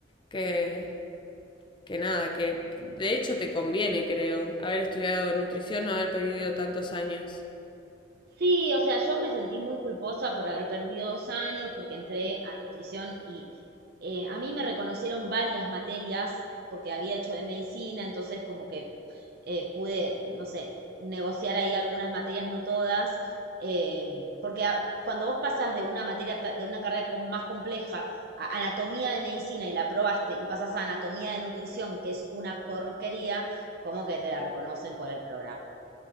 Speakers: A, on the left; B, on the right.
A: que, que nada, que de hecho te conviene, creo, haber estudiado nutrición, no haber perdido tantos años.
B: Sí, o sea, yo me sentí muy culposa por haber perdido dos años, porque entré a nutrición y eh, a mí me reconocieron varias materias porque había hecho de medicina, entonces como que eh, pude, no sé, negociar ahí algunas materias, no todas, eh, porque a- cuando vos pasás de una materia, ta- de una carrera com- más compleja a anatomía de medicina y la aprobaste y pasás a anatomía de nutrición, que es una porquería, como que te la reconocen por el programa.